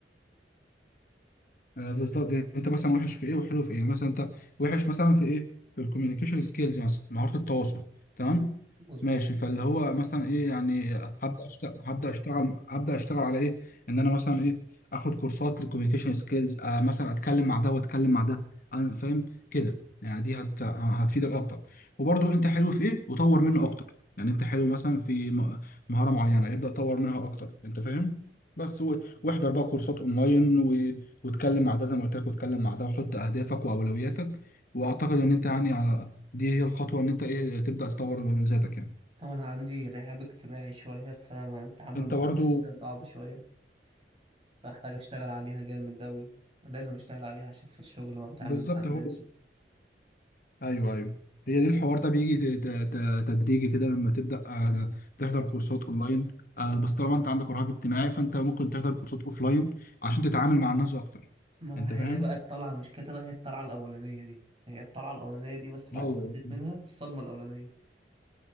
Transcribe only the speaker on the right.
مم. مظبوط
هو انا عندي رهاب اجتماعي شويه فانا التعامل
مع
الناس ده صعب شويه فاحتاج اشتغل عليها جامد اوي ولازم اشتغل عليها عشان في الشغل ما بتعامل
مع
الناس و...
ما
هي بقى الطلعة مش كده هي الطلعة الأولانية دي هي الطلعة الأولانية دي بس لو
عديت منها الصدمة الأولانية